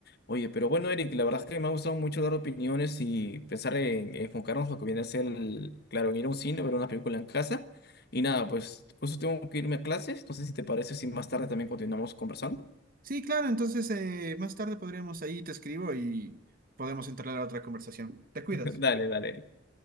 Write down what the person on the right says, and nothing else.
Sí, claro, entonces eh, más tarde podríamos ahí, te escribo y podemos entrar a otra conversación. Te cuidas.